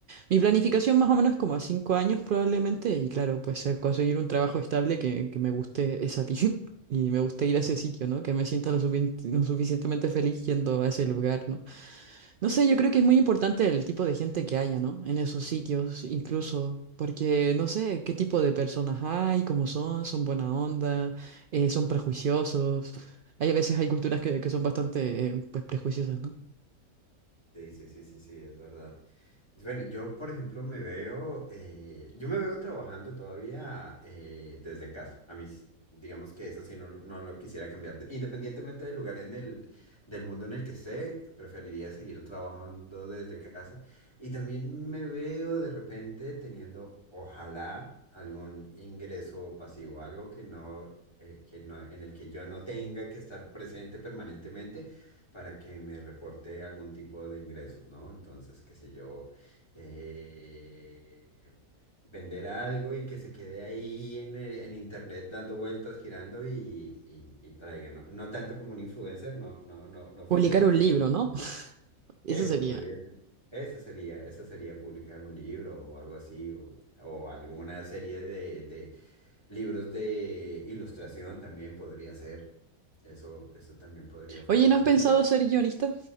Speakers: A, on the right; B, on the left.
A: Mi planificación más o menos es como a cinco años probablemente, y claro, pues eh, conseguir un trabajo estable que, que me guste esa <laughs> y me guste ir a ese sitio, ¿no? Que me sienta lo, sufic- lo suficientemente feliz yendo a ese lugar, ¿no? No sé, yo creo que es muy importante el tipo de gente que haya, ¿no? En esos sitios, incluso, porque no sé qué tipo de personas hay, cómo son, son buena onda, eh, son prejuiciosos. Hay a veces hay culturas que, que son bastante, eh, pues, prejuiciosas, ¿no?
B: Sí, sí, sí, sí, sí, es verdad. Bueno, yo, por ejemplo, me veo, eh, yo me veo trabajando todavía eh, desde casa. A mis digamos que eso sí no, no lo quisiera cambiar. Independientemente del lugar en el, del mundo en el que esté, preferiría seguir trabajando desde casa. Y también me veo de repente teniendo, ojalá, algún ingreso pasivo, algo que no, eh, que no, en el que yo no tenga que estar presente permanentemente para que me reporte algún tipo de ingresos, ¿no? Entonces, qué sé yo, eh, vender algo y que se quede ahí en, el- en internet dando vueltas, girando y, y, y traiga, ¿no? No tanto como un influencer, no, no, no, no funciona
A: Publicar un
B: tanto.
A: libro, ¿no? <laughs> Eso
B: Eso
A: sería.
B: podría ser. Esa sería, esa sería publicar un libro o algo así, o, o alguna serie de, de libros de ilustración también podría ser. Eso, eso también podría funcionar,
A: Oye, ¿no has pensado
B: ¿viste?
A: ser guionista,